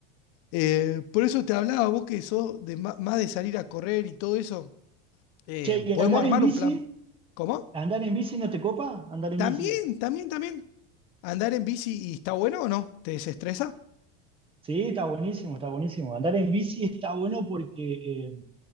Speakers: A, on the left (about 55°); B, on the right (about 20°).
A: Eh, por eso te hablaba, vos que sos de ma- más de salir a correr y todo eso, eh,
B: Che, y
A: podemos
B: andar
A: armar
B: en bici,
A: un plan. ¿Cómo?
B: andar en bici no te copa, andar
A: También,
B: en bici.
A: también, también. ¿Andar en bici y está bueno o no? ¿Te desestresa?
B: Sí, está buenísimo, está buenísimo. Andar en bici está bueno porque eh,